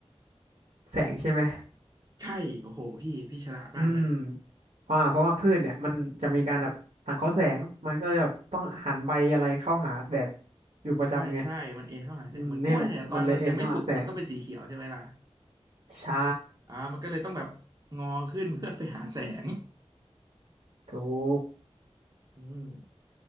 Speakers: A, on the right (about 80°); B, on the right (about 35°).
A: แสงใช่ไหม
B: ใช่โอ้โหพี่พี่ฉลาดมากเลย
A: อืมเพราะว่าเพราะว่าพืชเนี่ยมันจะมีการแบบสังเคราะห์แสงมันก็เลยแบบต้องหันใบอะไรเข้าหาแดดอยู่ประจำไง
B: ใช่ใช่มันเอ็นเข้าหาแสงเหมือนกล้วยเนี่ยตอนมันยังไม่สุกมันก็เป็นสีเขียวใช่ไหมล่ะ
A: อืมนี่แหละมันเลยเอ็นเข้าหาแสงใช่
B: อ่ามันก็เลยต้องแบบงอขึ้น <laughs> เพื่อไปหาแสง
A: ถูก
B: อืม